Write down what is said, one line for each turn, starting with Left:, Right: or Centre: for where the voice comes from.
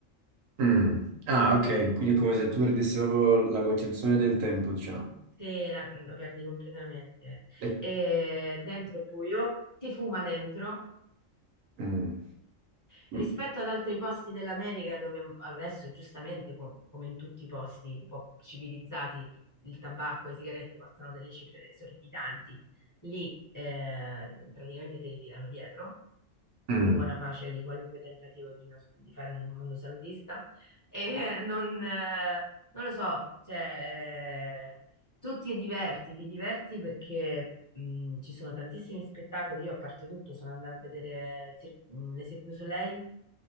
Right: Mm. Ah, ok, quindi è come se tu perdessi proprio la concezione del tempo, diciamo.
Left: Sì, la, lo perdi completamente.
Right: Eh,
Left: E dentro è buio, si fuma dentro.
Right: mm,
Left: Rispetto
Right: mm,
Left: ad altri posti dell'America dove adesso, giustamente, co- come in tutti i posti un po' civilizzati, il tabacco e le sigarette costano delle cifre esorbitanti, lì eh, praticamente te li tirano dietro
Right: mm,
Left: con buona pace di qualunque tentativo di, uno- di fare un mondo salutista. E <laughs> non, eh, non lo so, cioè, eh, tu ti diverti, ti diverti perché mh, ci sono tantissimi spettacoli. Io, a parte tutto, sono andata a vedere il Cir- mh, le Cirque du Soleil,